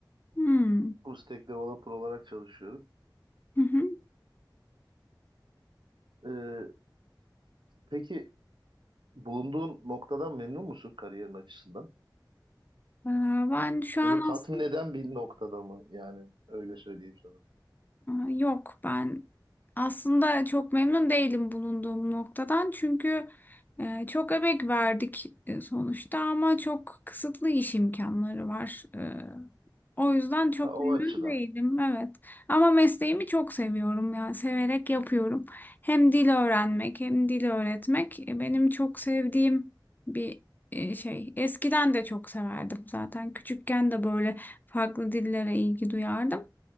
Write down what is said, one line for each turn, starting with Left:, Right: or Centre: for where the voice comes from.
Left: Hmm.
Right: Full stack developer olarak çalışıyorum.
Left: Hı hı.
Right: Ee, peki bulunduğun noktadan memnun musun kariyerin açısından?
Left: Ee, Ben şu
Right: Seni
Left: an
Right: tatmin
Left: aslında
Right: eden bir noktada mı? Yani öyle söyleyeyim sana.
Left: yok. Ben aslında çok memnun değilim bulunduğum noktadan. Çünkü e, çok emek verdik e, sonuçta ama çok kısıtlı iş imkanları var. Ee, O yüzden çok
Right: Ha, o
Left: memnun
Right: açıdan.
Left: değilim, evet. Ama mesleğimi çok seviyorum yani severek yapıyorum. Hem dil öğrenmek hem dil öğretmek e, benim çok sevdiğim bir e, şey. Eskiden de çok severdim zaten. Küçükken de böyle farklı dillere ilgi duyardım.